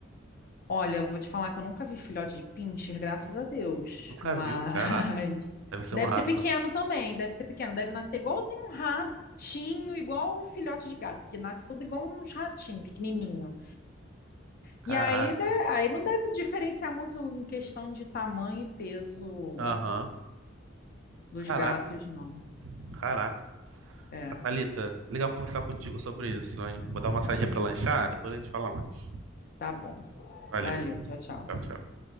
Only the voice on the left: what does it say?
Olha, eu vou te falar que eu nunca vi filhote de pincher, graças a Deus.
Mas
<laughs>
deve
ser pequeno também, deve ser pequeno, deve nascer igualzinho um ratinho, igual o filhote de gato, que nasce tudo igual um ratinho pequenininho.
E aí, de- aí não deve diferenciar muito em questão de tamanho e peso
dos
gatos, não.
É,
tá bom.
Valeu, tchau, tchau.